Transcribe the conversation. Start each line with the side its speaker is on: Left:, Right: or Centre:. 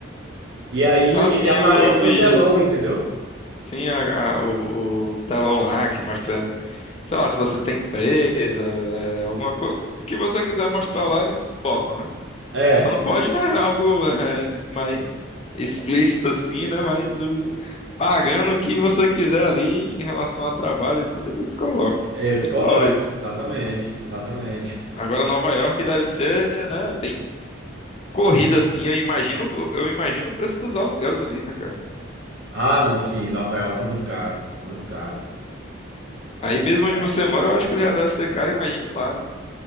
Right: E aí
Left: Ah, sim,
Right: ele aparece
Left: eu, eu vi
Right: no telão,
Left: isso.
Right: entendeu?
Left: Sim, a- a- o, o telão lá que mostra. Sei lá, se você tem empresa, é, alguma coisa. O que você quiser mostrar lá, eles botam, né?
Right: É,
Left: Só não pode, né? <laughs> Algo é, mais explícito assim, né? Mas o- pagando o que você quiser ali em relação a trabalho e tudo, eles colocam.
Right: eles
Left: Muito
Right: colocam,
Left: da hora isso.
Right: exatamente, exatamente.
Left: Agora, Nova York deve ser, né? Bem corrida assim. Eu imagino, eu imagino o preço dos aluguéis ali, né, cara?
Right: Ah, não, sim, Nova York é muito caro, muito caro.
Left: Aí
Right: É muito
Left: mesmo
Right: caro.
Left: onde você mora, eu acho que já deve ser caro. Imagine lá, né?